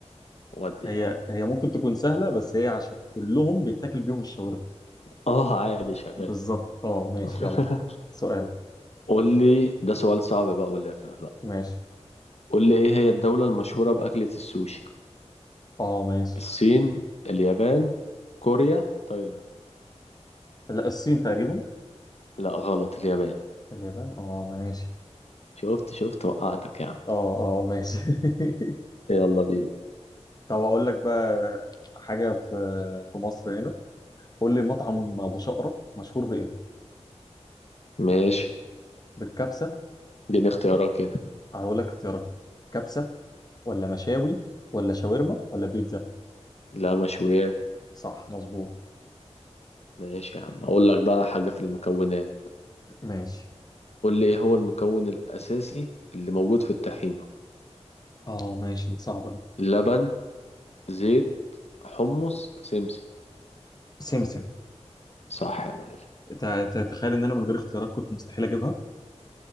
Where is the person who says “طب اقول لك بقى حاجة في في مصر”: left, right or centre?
Left